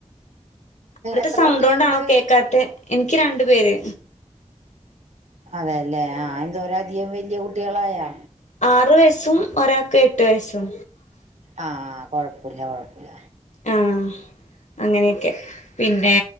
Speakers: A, on the left (about 75°); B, on the right (about 70°).
A: അവിടുത്തെ
B: എത്ര
A: സൗണ്ട്
B: കുട്ടികളുണ്ട്
A: കൊണ്ടാണോ കേക്കാത്ത എനിക്ക് രണ്ടു പേര്.
B: അതെയല്ലേ ആഹ എന്തോര അധികം വലിയ കുട്ടികളായാ.
A: ആറ് വയസ്സും ഒരാൾക്ക് എട്ട് വയസ്സും.
B: ആഹ് കൊഴപ്പില്ല കൊഴപ്പില്ല.
A: ആ അങ്ങനെയൊക്കെ പിന്നെ